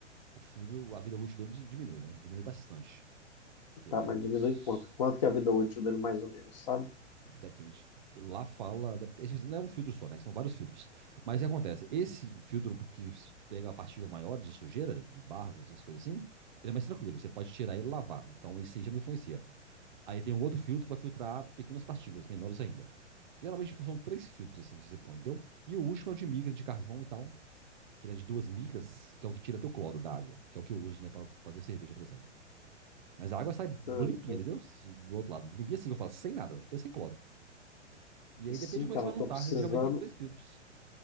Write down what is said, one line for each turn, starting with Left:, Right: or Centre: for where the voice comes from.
Right: o filtro, a vida útil dele dis- diminui, né? Diminui bastante. Porque
Left: tá,
Right: ele vai
Left: mas diminui
Right: s-
Left: quanto? Quanto que é a vida útil dele mais ou menos, sabe?
Right: Depende. Lá fala. é Não é um filtro só, né? São vários filtros. Mas o que acontece? Esse filtro que pega a partícula maior de sujeira, de barro, essas coisas assim, ele é mais tranquilo. Você pode tirar ele e lavar. Então isso aí já não influencia. Aí tem um outro filtro que vai filtrar pequenas partículas, menores ainda. Geralmente são três filtros assim que você põe, entendeu? E o último é o de micra, de carvão e tal, que ele é de duas micras, que é o que tira teu cloro da água, que é o que eu uso, né, pra fazer cerveja, por exemplo. Mas a água sai
Left: Aham.
Right: limpinha, entendeu? Do outro lado. Limpinha assim, eu falo, sem nada, até sem cloro. E aí
Left: Sim,
Right: depende de como
Left: cara,
Right: é que você
Left: eu
Right: vai
Left: tô
Right: montar.
Left: precisando,
Right: Ele geralmente vem três filtros.